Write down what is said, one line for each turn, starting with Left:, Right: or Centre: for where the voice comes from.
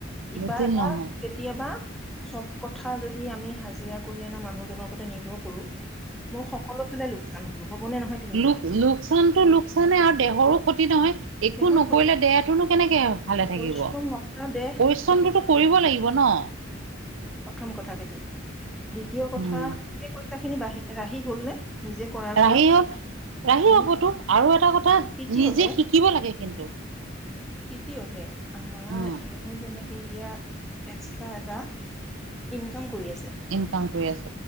Centre: কিবা
Right: জটিল
Centre: এটা
Right: নহয়
Centre: কেতিয়াবা চব কথা যদি আমি হাজিৰা কৰি আনা মানুহজনৰ ওপতে নিৰ্ভৰ কৰো। মোৰ সকলো ফালে লোকচান হ'ব। হ'বনে নহয় তুমি
Right: লোক
Centre: কোৱা
Right: লোকচানতটো লোকচানে আৰু দেহৰো ক্ষতি নহয়। একো
Centre: দেহৰ
Right: নকৰিলে
Centre: ক্ষতি
Right: দেহাতনো কেনেকে ভালে থাকিব।
Centre: পৰিশ্ৰম নকৰা দেহ
Right: পৰিশ্ৰমতোটো
Centre: সেইটো
Right: কৰিব লাগিব ন।
Centre: প্ৰথম কথা সেইটো, দ্বিতীয় কথা
Right: উম
Centre: খিনি বাঢ়ি ৰাহি হ'ল নে। নিজে কৰাৰ ফলত।
Right: ৰাহি হল ৰাহি
Centre: উম
Right: হ'বতো। আৰু এটা কথা
Centre: তৃতীয়তে
Right: নিজে শিকিব লাগে কিন্তু।
Centre: তৃতীয়তে আমাৰ
Right: উম
Centre: এওঁ যেনেকে এতিয়া এক্সট্ৰা এটা ইনকাম কৰি আছে
Right: ইনকাম কৰি আছে।